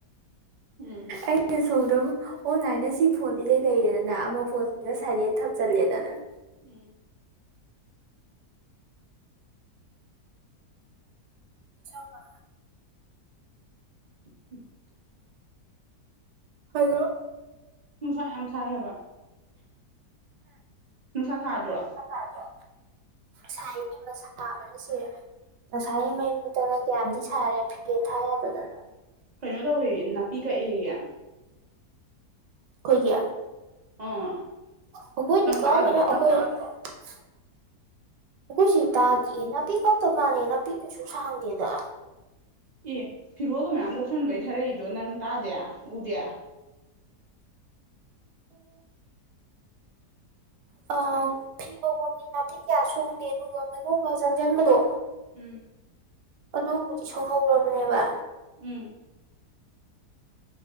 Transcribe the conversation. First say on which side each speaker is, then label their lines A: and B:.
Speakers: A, on the right (about 55°); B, on the right (about 80°).
A: ꯎꯝ
B: ꯑꯩꯅ ꯁꯣꯝꯗ ꯑꯣꯟꯂꯥꯏꯟ ꯅꯟꯁꯤ ꯐꯣꯟꯁꯤꯗꯩ ꯂꯩꯔꯦꯗꯅ ꯑꯃ ꯐꯣꯟꯁꯤꯅ ꯁꯥꯏꯂꯦꯟ ꯊꯝꯖꯤꯜꯂꯦꯗꯅ
A: ꯎꯝ
B: ꯏꯆꯥꯎꯒ
A: <unintelligible>
B: ꯍꯜꯂꯣ
A: ꯅꯨꯡꯁꯥ ꯌꯥꯝ ꯁꯥꯏ ꯍꯥꯏꯕ ꯅꯨꯡꯁꯥ ꯁꯥꯗ꯭ꯔꯣ
B: ꯁꯥꯗꯔꯣ ꯁꯥꯏ ꯏꯕꯦꯝꯃ ꯁꯥꯕꯅ ꯁꯤꯔꯦ ꯉꯁꯥꯏꯉꯩ ꯃꯩ ꯃꯨꯠꯇꯅ ꯀꯌꯥꯝꯊꯤ ꯁꯥꯔꯦ ꯐꯦꯟ ꯊꯥ ꯌꯥꯗꯗꯅ
A: ꯀꯩꯅꯣ ꯇꯧꯋꯦꯌꯦ ꯅꯥꯄꯤ ꯀꯛꯑꯦꯌꯦ
B: ꯑꯈꯣꯏꯒꯤ
A: ꯑꯥ
B: ꯑꯩꯈꯣꯏꯗꯤ
A: ꯅꯪ
B: ꯀꯥꯛꯑꯝꯃꯣꯏꯗ
A: ꯇꯥꯗ꯭ꯔꯣ
B: ꯑꯩꯈꯣꯏ <unintelligible> ꯑꯩꯈꯣꯏꯁꯦ ꯇꯥꯗꯤꯌꯦ ꯅꯥꯄꯤ ꯀꯛꯇꯕ ꯃꯥꯜꯂꯦ ꯅꯥꯄꯤ ꯀꯩꯁꯨ ꯁꯥꯡꯗꯦꯗ
A: ꯑꯦ ꯐꯤꯔꯣꯜꯒ ꯃꯌꯥꯝ ꯂꯧꯁꯟꯕꯩ ꯊꯥꯔꯛꯏꯗꯣ ꯅꯪ ꯇꯥꯗꯦ ꯎꯗꯦ
B: ꯑꯣ ꯑ ꯐꯤ ꯐꯧꯕꯝꯗꯤ ꯅꯥꯄꯤ ꯀꯌꯥ ꯁꯣꯡꯗꯦ ꯑꯗꯨꯒ ꯃꯅꯨꯡꯗ ꯆꯪꯁꯤꯟꯕꯗꯣ
A: ꯎꯝ
B: ꯑꯗꯨꯕꯨꯗꯤ ꯁꯣꯡꯍꯧꯔꯕꯅꯦꯕ
A: ꯎꯝ